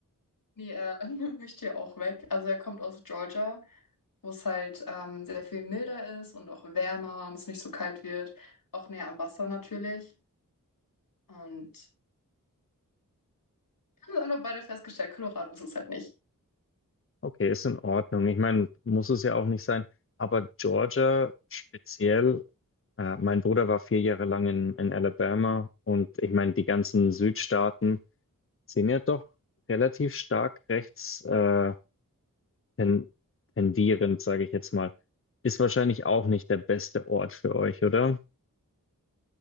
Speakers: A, on the left; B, on the left.
A: Nee, äh, er <laughs> möchte ja auch weg. Also er kommt aus Georgia, wo es halt ähm, sehr viel milder ist und auch wärmer und es nicht so kalt wird. Auch näher am Wasser natürlich. Und wir haben das einfach beide festgestellt, Colorado ist es halt nicht.
B: Okay, ist in Ordnung. Ich meine, muss es ja auch nicht sein. Aber Georgia speziell, äh, mein Bruder war vier Jahre lang in, in Alabama und ich meine, die ganzen Südstaaten. sind ja doch relativ stark rechts äh, ten, tendierend, sage ich jetzt mal. Ist wahrscheinlich auch nicht der beste Ort für euch, oder?